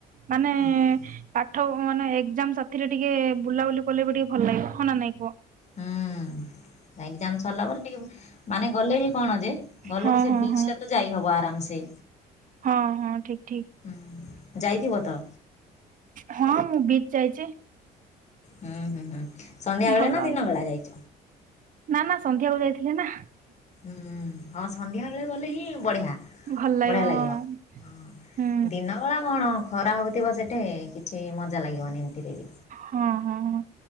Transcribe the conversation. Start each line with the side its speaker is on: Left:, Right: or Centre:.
Right: ମାନେ
Left: ହୁଁ <inaudible>
Right: ପାଠ ମାନେ ଏକଜାମ୍ ସାଥିରେ ଟିକେ ବୁଲାବୁଲି କଲେ ବି ଟିକେ ଭଲ ଲାଗେ ହ ନା ନାଇଁ କୁଅ
Left: ହୁଁ ଏକଜାମ୍ ସରିଲା ପରେ ଟିକେ ମାନେ ଗଲେ ବି କଣ ଯେ ଗଲେ
Right: ହଁ
Left: ବି ସେ
Right: ହଁ
Left: ବିଚ୍
Right: ହଁ
Left: ଟା ତ ଯାଇ ହବ ଆରାମ୍ ସେ
Right: ହଁ ହଁ ଠିକ ଠିକ
Left: ହୁଁ ଯାଇଥିବ ତ?
Right: ହଁ ମୁଁ ବିଚ୍ ଯାଇଚି।
Left: ହୁଁ ହୁଁ ହୁଁ। ସନ୍ଧ୍ୟା ବେଳେ
Right: ଭଲ
Left: ନା
Right: ଆ
Left: ଦିନ ବେଳା ଯାଇଛ?
Right: ନା ନା ସନ୍ଧ୍ୟାକୁ ଯାଇଥିଲେ ନା।
Left: ହୁଁ ହଁ ସନ୍ଧ୍ୟା ବେଳେ ଗଲେ ହିଁ ବଢିଆ
Right: ଭଲ
Left: ବଢିଆ ଲାଗିବ।
Right: ହଁ
Left: ହ
Right: ହୁଁ
Left: ଦିନ ବଳା କଣ ଖରା ହଉଥିବ ସେଠେ କିଛି ମଜା ଲାଗିବନି ଏମିତିରେ ବି
Right: ହଁ ହଁ ହଁ